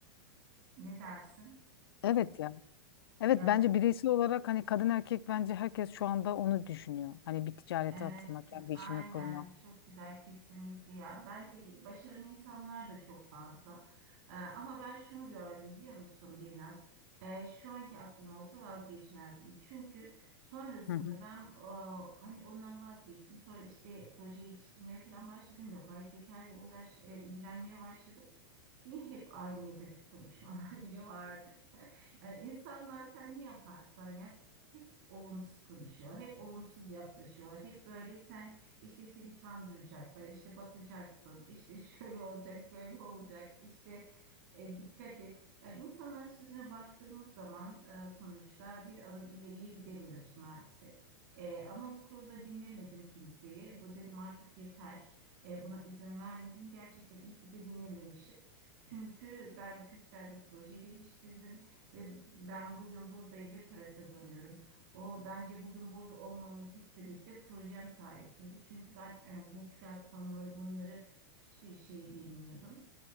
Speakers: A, on the right; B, on the left.
A: Ne dersin?
B: Evet ya. Evet
A: Ya
B: bence bireysel olarak hani kadın erkek bence herkes şu anda onu düşünüyor. Hani bir ticarete
A: evet,
B: atılmak yani bir
A: aynen
B: işimi kurma.
A: çok güzel kesinlikle ya. Bence iyi. başaran insanlar da çok fazla. Ee, ama ben şunu gördüm biliyor musun Birnaz? Ee, şu anki aklım olsa vazgeçmezdim. Çünkü sonrasında
B: Hı hı.
A: ben e, hani ondan vazgeçtim. Sonra işte proje geliştirmeye falan başladım. Yapay zeka ile uğraş, e, ilgilenmeye başladım. Yine hep aynı negatif konuşmalar <laughs> yine vardı. <laughs> Yani insanlar sen ne yaparsan yap hep olumsuz konuşuyorlar, hep olumsuz yaklaşıyorlar. Hep böyle sen işte seni kandıracaklar, işte batacaksın, işte <laughs> şöyle olacak, böyle olacak, işte e, dikkat et. Yani insanların sözüne baktığımız zaman e, sonuçta bir adım ileriye gidemiyoruz maalesef. E, ama bu konuda dinlemedim kimseyi. Bu dedim artık yeter. E, buna izin vermedim. Gerçekten iyi ki de dinlememişim. Çünkü ben çok güzel bir proje geliştirdim ve ben bugün buradayım ve para kazanıyorum. O bence bugün burada olmamın tek sebebi de projem sayesinde. Çünkü ben e, bu platformları bunları hiçbir şeyi bilmiyordum.